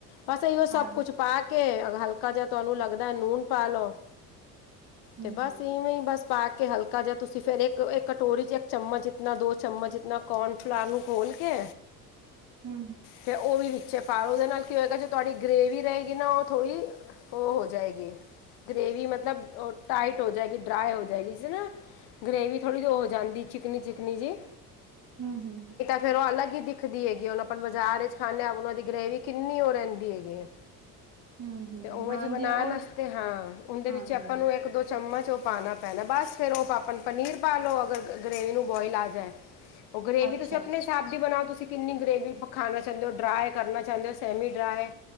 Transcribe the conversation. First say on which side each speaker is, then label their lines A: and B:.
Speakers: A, on the left (about 55°); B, on the right (about 40°).
A: ਬਸ ਇਓ ਸਭ
B: ਹਾਂਜੀ
A: ਕੁੱਛ ਪਾ ਕੇ ਹਲਕਾ ਜਹਾ ਤੁਹਾਨੂੰ ਲੱਗਦਾ ਨੂਨ ਪਾ ਲੋ,
B: ਹੂੰ-ਹੂੰ-ਹੂੰ-ਹੂੰ,
A: ਤੇ ਬਸ ਇਵੇਂ ਹੀ ਬਸ ਪਾ ਕੇ ਹਲਕਾ ਜਿਹਾ ਤੁਸੀਂ ਫੇਰ ਇਕ ਇੱਕ ਕਟੋਰੀ ਚ ਚਮਚ ਇਤਨਾ ਦੋ ਚਮਚ ਇਤਨਾ ਕੋਨਫਲਾਰ ਨੂੰ ਖੋਲ ਕੇ
B: <unintelligible>
A: ਫਿਰ ਉਹ ਵੀ ਵਿੱਚੇ ਪਾ ਲੋ ਉਹਦੇ ਨਾਲ ਕੀ ਹੋਏਗਾ ਤੁਹਾਡੀ ਗ੍ਰੇਵੀ ਰਹੇਗੀ ਨਾ ਉਹ ਥੋੜ੍ਹੀ ਉਹ ਹੋ ਜਾਏਗੀ। ਗਰੇਵੀ ਮਤਲਬ ਉਹ ਟਾਈਟ ਹੋ ਜਾਏਗੀ, ਡਰਾਏ ਹੋ ਜਾਏਗੀ, ਇਸਨਾ ਗਰੇੇਵੀ ਥੋੜ੍ਹੀ ਜ ਹੋ ਜਾਂਦੀ ਚਿਕ ਚਿਕਨੀ ਚਿਕਨੀ ਜੀ।
B: <unintelligible>
A: ਫੇਰਉਹ ਅਲੱਗ ਹੀ ਦਿਖਦੀ ਹੈਗੀ, ਉਹੁਣ ਆਪਾਂ ਬਾਜ਼ਾਰ ਚ ਖਾਂਦੇ ਹਾਂ ਉਹਨਾਂ ਦੀ ਗ੍ਰਰੇਵੀ ਕਿੰਨੀ ਉਹ ਰਹਿੰਦੀ ਹੈਗੀ ਹੈ।
B: <inaudible> ਹੂੰ-ਹੂੰ,
A: ਤੇ ਉਵੇਂ
B: ਹਾਂਜੀ
A: ਜਿਹੀ ਬਣਾਉਣ
B: ਉਹ
A: ਵਾਸਤੇ ਹਾਂ, ਉਹਦੇ
B: ਹਾਂਜੀ-ਹਾਂਜੀ,
A: ਵਿੱਚ ਆਪਾਂ ਨੂੰ ਇੱਕ ਦੋ ਚਮਚ ਉਹ ਪਾਣਾ ਪੈਣਾ ਬਸ ਫਿਰ ਉਹ ਆਪ ਪਨੀਰ ਪਾ ਲਓ, ਅਗਰ ਗ੍ਰਰੇਵੀ ਨੂੰ ਬੋਇਲ ਆ ਜਾਏ। ਉਹ ਗਰੇਵੀ
B: ਅੱਛਾ-ਅੱਛਾ,
A: ਤੁਸੀਂ ਆਪਣੇ ਤੇ ਆਪ ਜੇ ਬਣਾਓ ਤੁਸੀਂ ਕਿੰਨੀ ਗ੍ਰੇਵੀ ਖਾਣਾ ਚਾਹੁੰਦੇ ਹੋ? ਡਰਾਏ ਕਰਨਾ ਚਾਹੁੰਦੇ ਹੋ ਸੈਮੀ ਡਰਾਏ